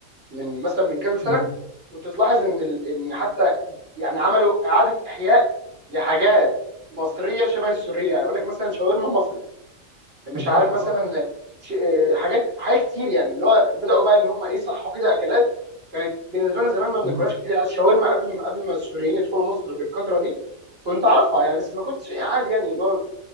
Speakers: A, on the right; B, on the right.
A: من مثلا من كذا سنه
B: امم
A: كنت تلاحظ ان ال- ان حتى يعني عملوا اعاده احياء لحاجات مصريه شبه السوريه يعني يقول لك مثلا شاورما مصري مش
B: جدع
A: عارف مثلا
B: اه
A: ش- آه، حاجات حاجات كتير يعني اللي هو بداوا بقى ان هم ايه صحوا كده اكلات كانت بالنسبه لنا زمان ما بناكلهاش
B: امم
A: كتير يعني الشاورما قبل ما قبل ما السوريين يدخلوا مصر بالكثره دي كنت اعرفها يعني بس ما كنتش ايه عادي يعني اللي هو